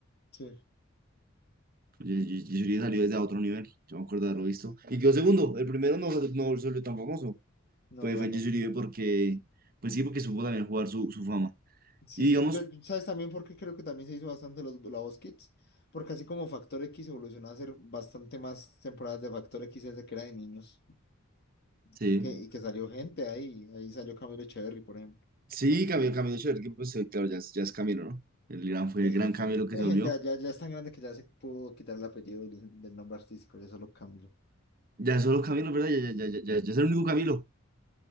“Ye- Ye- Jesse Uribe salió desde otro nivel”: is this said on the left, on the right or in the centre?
Right